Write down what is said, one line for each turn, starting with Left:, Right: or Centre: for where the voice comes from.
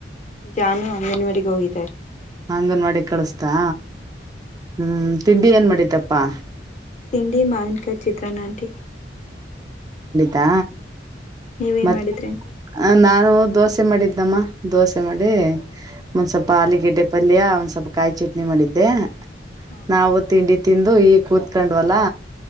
Left: ಜಾನು ಅಂಗನವಾಡಿ ಹೋಗಿ
Right: ಹಂಗನವಾಡಿ ಕಳಸ್ತಾ ಹ್ಮ್ ತಿಂಡಿ ಏನ್ ಮಾಡಿತಪ್ಪಾ
Left: ತಿಂಡಿ ಮಾವಿನಕ ಚಿತ್ರನ್ ಆಂಟಿ
Right: ದಾ
Left: ನೀವೇನ್
Right: ಮತ
Left: ಮಾಡಿದ್ರಿ ಆಂಟಿ
Right: ನಾವು ದೋಸೆ ಮಾಡಿದ್ದಮ್ಮ ದೋಸೆ ಮಾಡಿ ಒಂದ್ ಸ್ವಲ್ಪ ಆಲ ಗಡ್ಡೆ ಪಲ್ಯ ಸ್ವಲ್ಪ ಕಾಯಿ ಚಟ್ನಿ ಮಾಡಿದ್ದೆ
Left: ಹಾ
Right: ನಾವು ತಿಂಡಿ ತಿಂದು ಈ ಕೂತ್ಕೊಂಡ್ವಲ್ಲಾ